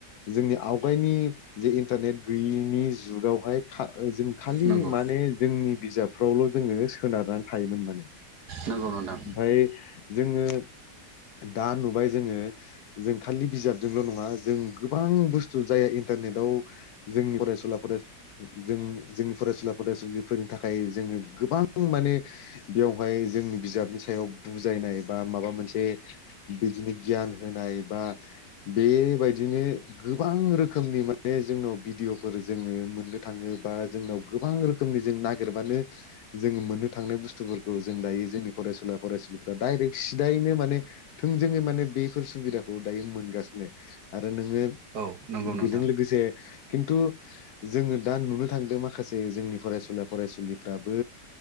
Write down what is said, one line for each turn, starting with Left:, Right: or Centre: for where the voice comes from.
Left: जोंनि आवगायनि जे इन्टारनेट गैयिनि जुगावहाय खा जों खालि
Right: नंगौ
Left: माने जोंनि बिजाबफ्रावल' जोङो सोनारनानै थायोमोन माने।
Right: नंगौ नोंथां
Left: जोङो दा नुबाय जोङो जों खालि बिजाबजोंल' नङा जों गोबां बुस्थु जाय इन्टारनेटाव जोंनि फरायसुला फरायो जोंनि फरायसुला फरायसुलिफोरनि थाखाय जोङो गोबां माने बेयावहाय जोंनि बिजाबनि थाखाय सायाव बुजायनाय बा माबा मोनसे बिदिनो गियान होनाय बा बेबायदिनो गोबां रोखोमनि माने जोंनाव भिडिअ'फोर जोङो मोननो थाङो बा जोंनाव गोबां रोखोमनि जों नागिरबानो जोङो मोननो थांनाय बुस्थुफोरखौ जों दायो जोंनि फरायसुला फरायसालिफ्रा डायरेक्ट सिदायैनो माने थोंजोङै माने बेफोर सुबिदाखौ दायो मोनगासिनो आरो आरो नोङो
Right: औ नंगौ नोंथां
Left: बेजों लोगोसे खिन्थु जोङो दा नुनो थांदों माखासे जोंनि फरायसुला फरायसुलिफ्राबो